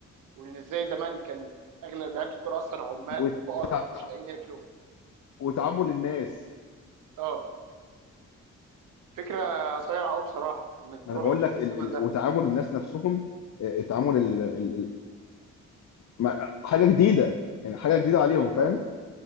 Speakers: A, on the right; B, on the left.
A: وان ازاي زمان كان اغلب لعيبه الكوره اصلا عمال
B: وتع-
A: وفقراء ومش لاقيين ياكلوا
B: وتعامل الناس
A: اه فكره صايعه قوي بصراحه انك
B: ما
A: تروح
B: انا بقول لك
A: الزمن
B: ال... ال...
A: ده
B: وتعامل الناس نفسهم آه، تعامل ال... ال... ال... ما- حاجه جديده يعني حاجه جديده عليهم
A: ايوه
B: فاهم
A: ايوه